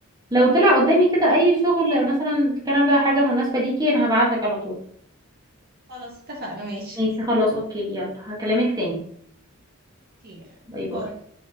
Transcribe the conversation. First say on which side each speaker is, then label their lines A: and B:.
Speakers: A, on the right; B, on the right.
A: لو طلع قدامي كده اي شغل مثلا في كندا حاجة مناسبة ليكي انا هبعتلك على طول
B: خلاص اتفقنا ماشي
A: ماشي خلاص اوكي يلا هكلمك تاني
B: اوكي يعني
A: باي
B: باي
A: باي